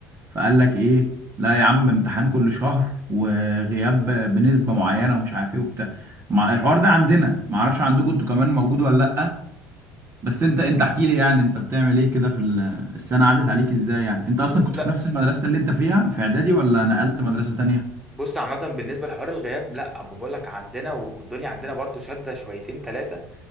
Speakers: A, on the right; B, in the centre.
A: فقال لك ايه لا يا عم امتحان كل شهر وغياب بنسبة معينة ومش عارف ايه وبتاع مع الحوار ده عندنا ما اعرفش عندكم انتوا كمان موجود ولا لا بس انت انت احكي لي يعني انت بتعمل ايه كده في ال- السنة عدت عليك ازاي يعني انت اصلا
B: بص
A: كنت
B: لا
A: في نفس المدرسة اللي انت فيها في اعدادي ولا نقلت مدرسة تانية
B: بص عامة بالنسبة لحوار الغياب لا اما بقول لك عندنا و- والدنيا عندنا برضو شادة شويتين ثلاثة